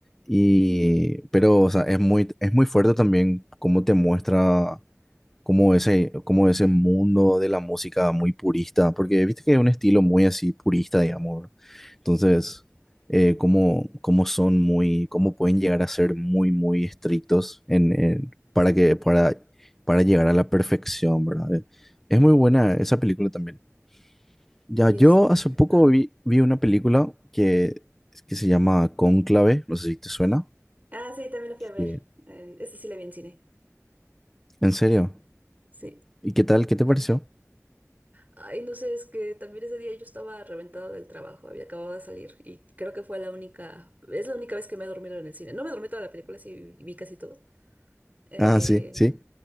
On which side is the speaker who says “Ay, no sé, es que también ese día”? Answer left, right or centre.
Right